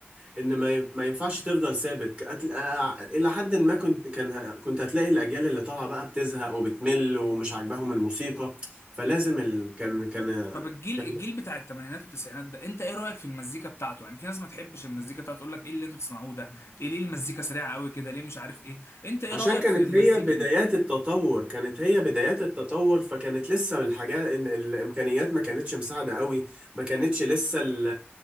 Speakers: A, on the right; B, on the left.
A: ان ما ي- ما ينفعش تفضل ثابت كأت- آه، الى حد ما كنت كان ه- كنت هتلاقي الاجيال اللي طالعه بقى بتزهق وبتمل ومش عاجباهم الموسيقى فلازم ال... كان كان
B: طب الجيل
A: كان
B: الجيل بتاع الثمانينات والتسعينات ده انت ايه رايك في المزيكا بتاعته يعني في ناس ما تحبش المزيكا بتاعته تقول لك ايه اللي انتوا بتسمعوه ده ايه ليه المزيكا سريعه قوي كده ليه مش عارف ايه انت ايه
A: عشان
B: رايك
A: كانت
B: في المزيكا
A: هي بدايات
B: دي
A: التطور كانت هي بدايات التطور فكانت لسه الحاجات ال- الامكانيات ما كانتش مساعده قوي ما كانتش لسه ال...